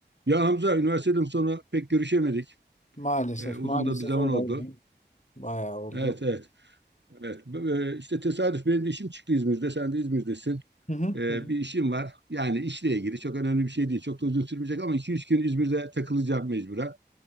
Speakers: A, on the right; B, on the left.
A: Ya Hamza, üniversiteden sonra pek görüşemedik.
B: Maalesef,
A: Ee, uzun
B: maalesef
A: da bir zaman
B: öyle
A: oldu.
B: oldu. Bayağı oldu.
A: Evet, evet, evet. B- e, işte tesadüf benim de işim çıktı İzmir'de. Sen de İzmir'desin.
B: Hı hı,
A: Ee,
B: hı hı.
A: bir işim var. Yani işle ilgili çok önemli bir şey değil. Çok da uzun sürmeyecek ama iki üç gün İzmir'de takılacağım mecburen.